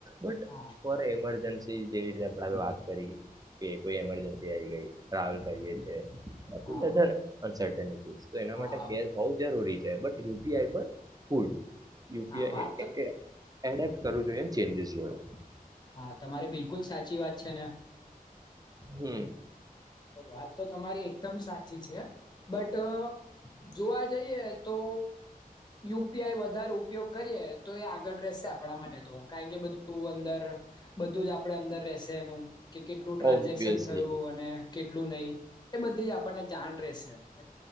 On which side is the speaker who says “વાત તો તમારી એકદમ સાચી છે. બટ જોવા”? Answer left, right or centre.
Left